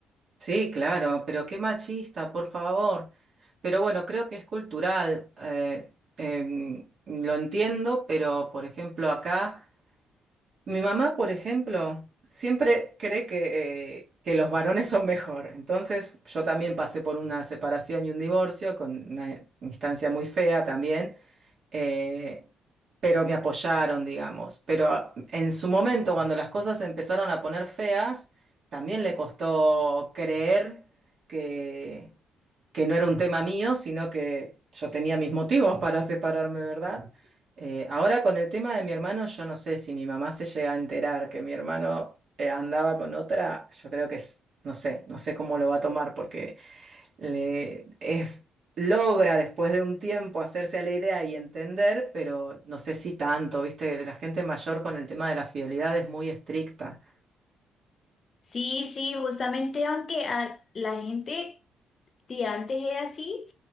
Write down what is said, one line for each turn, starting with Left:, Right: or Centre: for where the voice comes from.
Right: Sí, claro, pero qué machista, por favor. Pero bueno, creo que es cultural. eh, em, lo entiendo, pero por ejemplo acá, mi mamá, por ejemplo, siempre cree que, eh, que los varones son mejor. Entonces yo también pasé por una separación y un divorcio con una instancia muy fea también eh, pero me apoyaron, digamos. Pero en su momento, cuando las cosas se empezaron a poner feas, también le costó creer que, que no era un tema mío, sino que yo tenía mis motivos para separarme, ¿verdad? Eh, ahora con el tema de mi hermano, yo no sé si mi mamá se llega a enterar que mi hermano eh, andaba con otra, yo creo que es- no sé, no sé cómo lo va a tomar, porque le es, logra después de un tiempo hacerse a la idea y entender, pero no sé si tanto, ¿viste? La gente mayor con el tema de la fidelidad es muy estricta.
Left: Sí, sí, justamente aunque a la gente Sí, antes era así